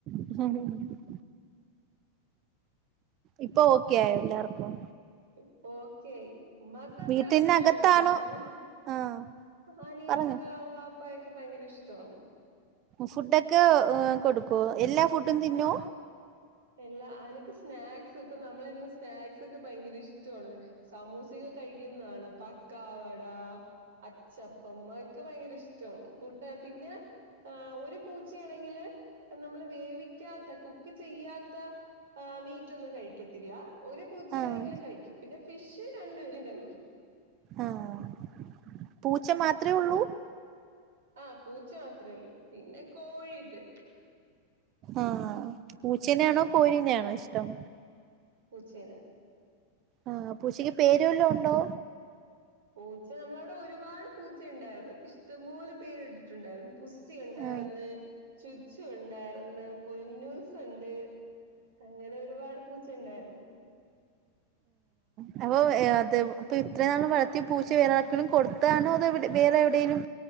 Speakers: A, on the right (about 35°); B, on the right (about 60°).
A: <inaudible> ഇപ്പൊ ഓക്കെ ആയോ എല്ലാർക്കും
B: ഇപ്പ ഓക്കെയായി ഉമ്മാക് മാത്രെല്ല്
A: വീട്ടിനകത്താണോ
B: പക്ഷെ ഞാനും
A: ആഹ്
B: അനിയനൊക്കെ
A: പറഞ്ഞോ
B: വാ പയൊക്കെ ഭയങ്കര ഇഷ്ടാവും
A: ഫുഡൊക്കെ കൊടുക്കോ എല്ലാ ഫുഡും തിന്നോ
B: ആഹ് എല്ലാ അനക്ക് സ്നാക്സ് ഇപ്പൊ നമ്മള ന്ന് സ്നാക്സ് ഒക്കെ ഭയങ്കര ഇഷ്ടമാണ് സാമൂസക്കോ കഴിക്കുന്ന കാണാം പക്കാവട അച്ചപ്പം അതൊക്കെ ഭയങ്കര ഇഷ്ടമാണ് ഫുഡ് പിന്നെ ആ ഒരു പൂച്ചയാണെങ്കില് നമ്മള് വേവിക്കാത്ത കുക്ക് ചെയ്യാത്ത ആ മീറ്റൊന്നും കഴിക്കത്തില്ല ഒരു പൂച്ചയാണെങ്കിൽ
A: ആഹ്
B: കഴിക്കും പിന്നെ ഫിഷ് രണ്ടുപേരും കഴിക്കും
A: ആഹ് പൂച്ച മാത്രമേ ഉള്ളൂ
B: ആഹ് പൂച്ച മാത്രേ ഉള്ളൂ പിന്നെ കോഴിയോക്കെ ഉണ്ട്
A: ആഹ് പൂച്ചേനെയാണോ കോഴിനെയാണോ ഇഷ്ടം
B: പൂച്ചേനെ
A: ആഹ് പൂച്ചക്ക് പേരു വല്ലോം ഉണ്ടോ?
B: പൂച്ച നമ്മളവിടെ ഒരുപാട് പൂച്ച ഉണ്ടായിരുന്നു ഇഷ്ടംപോലെ പേര്ട്ടിട്ടുണ്ടായിരുന്നു പുസ്സി ഉണ്ടായിരുന്ന്
A: ആഹ്
B: ചുച്ചു ഉണ്ടായിരുന്ന് പൊന്നൂസ്ണ്ട് അങ്ങനെ ഒരുപാട് പൂച്ച ഉണ്ടായിരുന്നു
A: ആഹ് അപ്പ അത് ഇപ്പൊ ഇത്രയും നാള് വളർത്തിയ പൂച്ച വേറെ ആർക്കങ്കിലും കൊടുത്തതാണോ അതെവിടെ വേറെ എവിടെയേലും